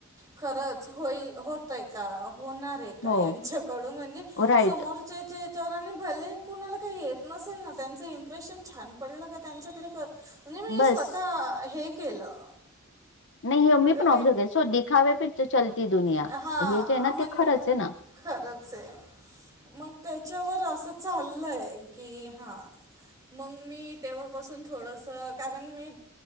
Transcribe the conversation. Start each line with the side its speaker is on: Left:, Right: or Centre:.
Right: खरंच होईल होतय का अ होणार ये का
Left: हो
Right: यांच्याकडून म्हणजे
Left: राईट
Right: समोरच्याचे तर आणि भले कुणाला काही येत नसेल ना त्यांचं इम्प्रेशन छान पडलं का त्यांच्याकडे तर म्हणजे मी
Left: बस
Right: स्वतः हे केलं.
Left: नाही हे मी पण
Right: रे
Left: ओब्झर्व्ह केलं, सो दिखावे पी चलती दुनिया,
Right: हां
Left: हे जे ना हे
Right: मग
Left: ते खरंच आहे ना
Right: खरंच ये मग त्याच्यावर असं चाललंय कि अ हा मंग मी तेव्हापासून थोडंसं कारण मी